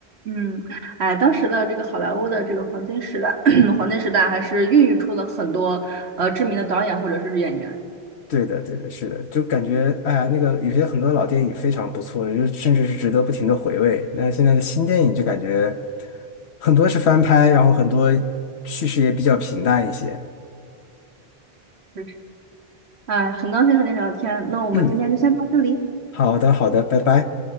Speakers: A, on the right; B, on the left.
A: 嗯哎，当时的这个好莱坞的这个黄金时代，<coughs> <clears throat> 黄金时代还是孕育出了很多呃知名的导演或者是演员。
B: 对的，对的，是的，就感觉哎呀，那个有些很多老电影非常不错，就甚至是值得不停的回味。那现在的新电影就感觉很多是翻拍，然后很多叙事也比较平淡一些。
A: 是哎，很高兴和您聊天，那我们今天就先到这里。
B: 嗯，好的，好的，拜拜。